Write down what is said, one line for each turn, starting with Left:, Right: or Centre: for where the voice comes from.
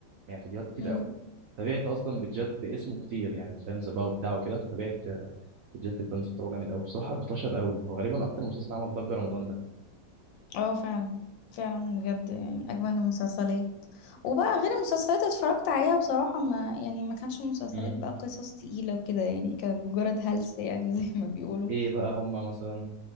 Right: يعني فيديوهات كتير
Left: مم.
Right: قوي تابعت اصلا بجد باسمه كتير يعني فانز بقى وبتاع وكده فتابعت جاك البنز بتاعه جامد قوي بصراحه انتشر قوي وغالبا اكتر مسلسل عمل ضجه رمضان ده
Left: اه فعلا فعلا بجد يعني أجمل المسلسلات وبقى غير المسلسلات اتفرجت عليها بصراحة ما يعني ما كانتش مسلسلات
Right: امم
Left: بقى قصص تقيلة وكده يعني كانت مجرد هلس يعني <laughs> زي ما بيقولوا
Right: ايه بقى هما مثلا